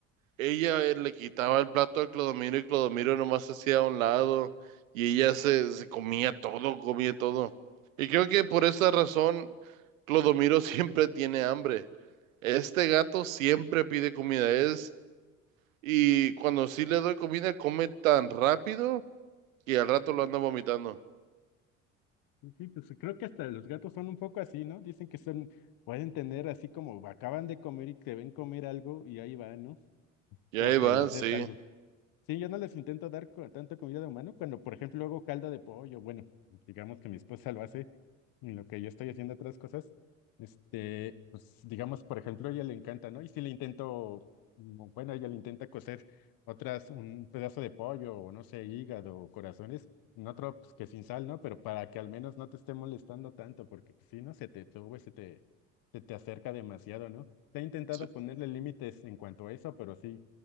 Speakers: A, on the right (about 80°); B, on the left (about 60°).
A: Ella eh, le quitaba el plato a Clodomiro y Clodomiro nomás se hacía a un lado y ella se, se comía todo, comía todo. Y creo que por esa razón Clodomiro <laughs> siempre tiene hambre. Este gato siempre pide comida, es y cuando sí le doy comida come tan rápido que al rato lo anda vomitando.
B: sí, sí, pues creo que hasta los gatos son un poco así, ¿no? Dicen que son, pueden tener así como acaban de comer y te ven comer algo y ahí van, ¿no?
A: Y
B: Para
A: ahí
B: que
A: van,
B: les des
A: sí,
B: algo. Sí, yo no les intento dar co- tanta comida de humano cuando, por ejemplo, hago caldo de pollo. Bueno, digamos que mi esposa lo hace en lo que yo estoy haciendo otras cosas, este, pues digamos, por ejemplo, a ella le encanta, ¿no? Y si le intento, mm, bueno, ella le intenta cocer otras, un pedazo de pollo o no sé, hígado o corazones, en otro, pues que sin sal, ¿no? Pero para que al menos no te esté molestando tanto, porque pues, si no, se te sube, se te, se te acerca demasiado, ¿no? Te He intentado
A: sí,
B: ponerle límites en cuanto a eso, pero sí,